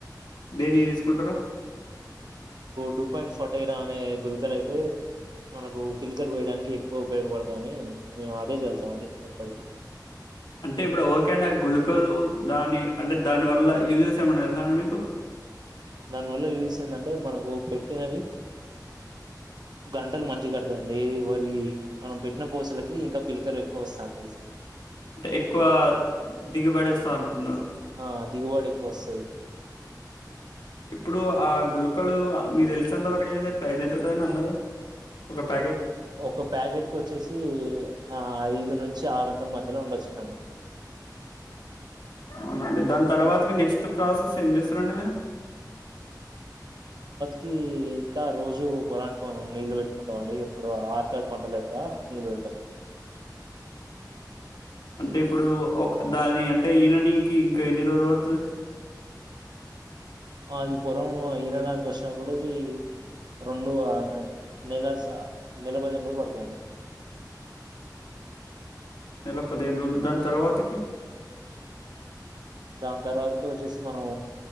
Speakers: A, on the left; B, on the right.
A: దేన్ని తీసుకుంటారో.
B: టూ పాయింట్ ఫెటైరా అనే గులకలు అయితే మనకు పిలికలు వేయడానికి ఎక్కువ ఉపయోగపడతాయని మేము అదే చల్తా మండి ఎప్పటికి
A: అంటే ఇప్పుడు ఓకే అండి గులకలు దాని అంటే దానివల్ల యూజెస్ ఏమన్నా తెలుసా అండి మీకు.
B: దానివల్ల యూజెస్ ఏందంటే మనకు పెట్టినవి గంటలు మంచిగ కడతాయండి వరి మనం పెట్టిన పూసలకి ఇంకా పిలకలు ఎక్కువ వస్తా ఉంటాయి
A: అంటే ఎక్కువ దిగుబడి వస్తా అంటున్నారు.
B: ఆ దిగుబడి ఎక్కువ వస్తది
A: ఇప్పుడు ఆ గులుకలు మీకూ తెలిసినంతవరకు ఏతే ప్రైస్ ఎంత ఉంటుందన్న ఒక ప్యాకెట్.
B: ఒక ప్యాకెట్ కి వచ్చేసి ఆ ఐదు నుంచి ఆరు వందల మధ్యలో ఉండొచ్చండి
A: అవునండి దాని తర్వాతకి నెక్స్ట్ ప్రాసెస్ ఏం చేస్తారండి మీరు
B: కి ఇంకా రోజు పొలానికి మనం నీళ్లు పెట్టుకుంటాం అండి ఎప్పుడు ఆర్థర్డ్ పంట లెక్క నీళ్లు పెడతాం
A: అంటే ఇప్పుడు ఒక దాది అంటే ఈననీ కి ఇంకా ఎన్ని రోజులు పడుతది
B: అది పొలం ఈనడానికి వచ్చినప్పటికీ రెండు వారా నెల సా నెల పదిహేను రోజులు పడతదండి
A: నెల పదిహేను రోజులు దాని తర్వాతికి
B: దాని తర్వాతకి వచ్చేసి మనం